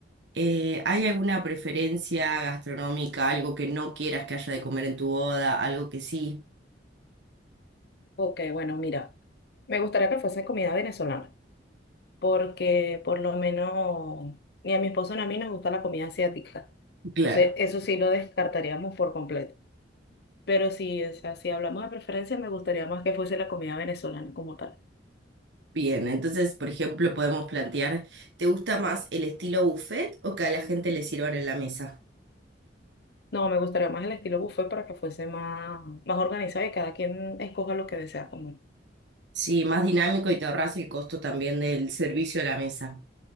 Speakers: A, on the right (about 80°); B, on the left (about 65°).
A: Eh, ¿hay alguna preferencia gastronómica, algo que no quieras que haya de comer en tu boda, algo que sí?
B: Ok, bueno, mira, me gustaría que fuese comida venezolana. porque por lo menos ni a mi esposo ni a mí nos gusta la comida asiática.
A: Claro.
B: Entonces, eso sí lo descartaríamos por completo. Pero sí, o sea, si hablamos de preferencia, me gustaría más que fuese la comida venezolana como tal.
A: Bien, entonces, por ejemplo, podemos plantear, ¿te gusta más el estilo buffet o que a la gente le sirvan en la mesa?
B: No, me gustaría más el estilo buffet para que fuese más, más organizado y cada quien escoja lo que desea comer.
A: Sí, más dinámico y te ahorras el costo también del servicio a la mesa.